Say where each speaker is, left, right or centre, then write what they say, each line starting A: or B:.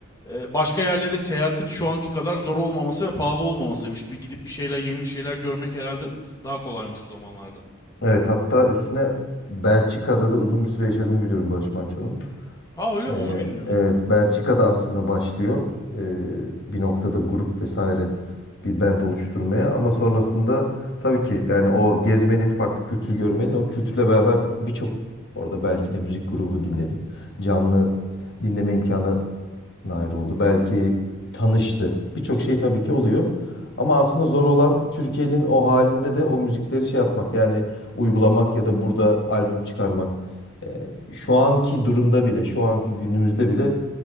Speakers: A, on the left (about 15°); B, on the left (about 55°).
A: e, başka yerlere seyahatin şu anki kadar zor olmaması ve pahalı olmamasıymış. Bir gidip bir şeyler, yeni bir şeyler görmek herhalde daha kolaymış o zamanlarda.
B: Evet hatta üstüne Belçika'da da uzun bir süre yaşadığını biliyorum Barış Manço'nun.
A: Ha öyle
B: Ee,
A: mi onu bilmiyordum.
B: evet Belçika'da aslında başlıyor ee, bir noktada grup vesaire bir band oluşturmaya ama sonrasında tabii ki yani o gezmenin farklı kültür görmenin o kültürle beraber birçok orada belki de müzik grubu dinledi. Canlı dinleme imkanı nair oldu. Belki tanıştı. Birçok şey tabii ki oluyor. Ama aslında zor olan Türkiye'nin o halinde de o müzikleri şey yapmak yani uygulamak ya da burada albüm çıkarmak. Ee, şu anki durumda bile, şu anki günümüzde bile